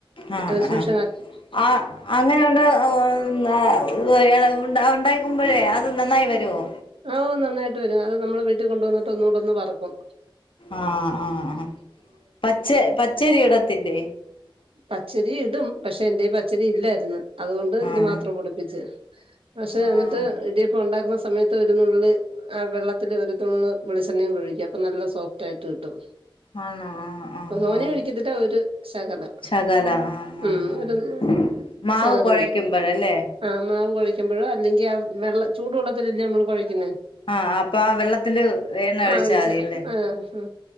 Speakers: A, on the left; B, on the right.
A: ആഹ്
B: അത് ശേഷം
A: ആഹ് അങ്ങനെയൊണ്ട <unintelligible> ഉം ഏതാ ഉണ്ടാ ഉണ്ടായിക്കുമ്പോഴേ അത് നന്നായി വരുവോ
B: ആഹ് ഓ നന്നായിട്ട് വരും അത് നമ്മൾ വീട്ടിൽ കൊണ്ട് വന്നിട്ട് ഒന്നുകൂടെ ഒന്ന് വറ്ക്കും
A: ആഹ് ആഹ് പച്ച പച്ചരി ഇടത്തില്ലേ
B: പച്ചരി ഇടും പക്ഷെ എന്റെ പച്ചരി ഇല്ലാരുന്നു അതുകൊണ്ട്
A: ആഹ്
B: ഇത് മാത്രം പൊടിപ്പിച്ച് പക്ഷെ എന്നിട്ട്
A: ആഹ്
B: ഇടിയപ്പോണ്ടാക്കണ സമയത്ത് ഒരു നുള്ള് ആ വെള്ളത്തില് ഒരു നുള്ള് വെളിച്ചെണ്ണയും കൂടി ഒഴിക്കും അപ്പൊ നല്ല സോഫ്റ്റ് ആയിട്ട് കിട്ടും
A: ആണോ ആഹ് ആഹ്
B: തോനിയ
A: ആഹ്
B: ഒഴിക്കത്തില്ല ഒരു ശകലം
A: ശകല ആഹ് ആഹ്
B: ഉം
A: ആഹ്
B: ഒരു നു
A: മാവ്
B: സകലൊഴിക്ക്
A: കുഴയ്ക്കുമ്പോഴല്ലേ
B: ആഹ് മാവ് കൊഴക്ക് ക്കുമ്പോഴോ അല്ലെങ്കി ആ വെള്ള ചൂടു വെള്ളത്തിലല്ലേ നമ്മള് കുഴക്കുന്നെ
A: ആഹ് അപ്പൊ ആ വെള്ളത്തില് എണ്ണ ഒഴിച്ചാൽ
B: ആഹ് ഒഴിച്ച
A: മതിയല്ലേ
B: ആഹ് ആഹ്